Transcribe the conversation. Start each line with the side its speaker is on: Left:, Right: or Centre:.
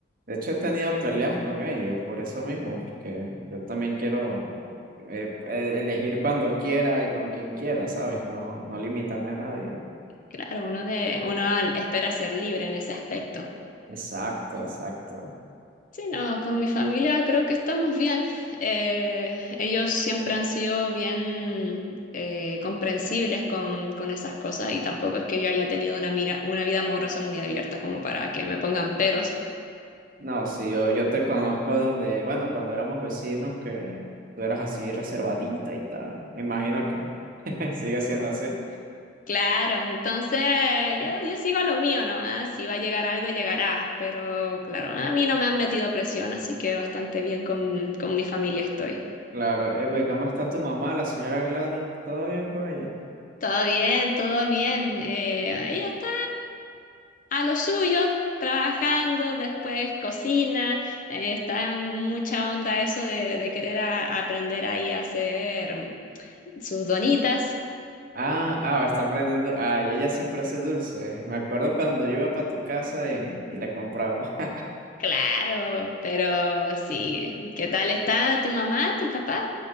Right: hecho he tenido peleas con ellos por eso mismo, porque yo también quiero eh, e- elegir cuando quiera y con quien quiera, ¿sabes? No, no limitarme a nadie.
Left: Claro, uno de, uno al- espera ser libre en ese aspecto.
Right: Exacto, exacto.
Left: Sí, no, con mi familia creo que estamos bien. Eh, ellos siempre han sido bien eh, comprensibles con, con esas cosas y tampoco es que yo haya tenido una mira, una vida amorosa muy abierta como para que me pongan peros.
Right: No, sí, yo, yo te conozco desde, bueno, cuando éramos vecinos, que tú eras así reservadita y tal. Me imagino que <laughs> sigue siendo así.
Left: Claro, entonces yo, yo sigo a lo mío nomás, si va a llegar algo, llegará, pero claro, a mí no me han metido presión, así que bastante bien con, con mi familia estoy.
Right: Claro, eh, pues, ¿cómo está tu mamá, la señora Gladys? ¿Todo bien con ella?
Left: Todo bien, todo bien. eh, ella está a lo suyo, trabajando, después cocina, eh, está en mucha onda eso de, de querer a- aprender ahí a hacer sus donitas.
Right: Ah, ah, está aprendiendo. Ah, y ella siempre hace dulces. Me acuerdo cuando yo iba para tu casa y, y la compraba. <laughs>
Left: Claro, pero sí, ¿qué tal está tu mamá, tu papá?